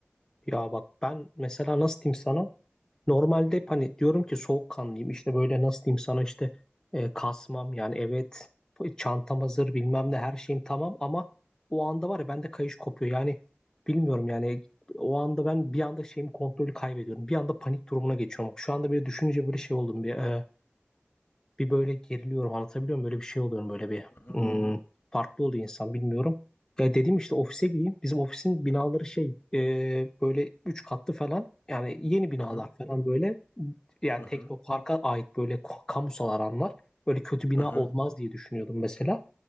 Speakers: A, on the left (about 15°); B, on the left (about 60°).
A: Ya bak ben mesela nasıl diyeyim sana? Normalde hep hani diyorum ki soğukkanlıyım işte böyle nasıl diyeyim sana işte e, kasmam yani evet çantam hazır bilmem ne her şeyim tamam ama o anda var ya bende kayış kopuyor yani bilmiyorum yani o anda ben bir anda şeyimi kontrolü kaybediyorum bir anda panik durumuna geçiyorum şu anda böyle düşününce böyle şey oldum bir e, bir böyle geriliyorum anlatabiliyor muyum? Böyle bir şey oluyorum böyle bir
B: Hı
A: hmm,
B: hı hı
A: farklı oluyor insan bilmiyorum. Ya dedim işte ofise gideyim. Bizim ofisin binaları şey e, böyle üç katlı falan yani yeni binalar
B: hı hı
A: falan böyle yani
B: hı
A: Teknopark'a ait böyle ko- kamusal alanlar böyle kötü bina
B: hı hı
A: olmaz diye düşünüyordum mesela.